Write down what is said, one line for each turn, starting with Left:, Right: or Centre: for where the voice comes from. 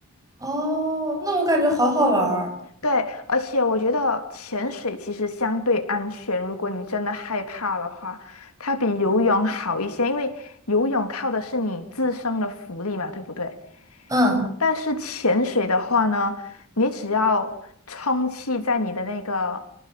Right: 哦，那我感觉好好玩儿。
Left: 对，而且我觉得潜水其实相对安全，如果你真的害怕的话，它比游泳好一些，因为游泳靠的是你自身的浮力嘛，对不对？
Right: 嗯，
Left: 但是潜水的话呢，你只要充气在你的那个，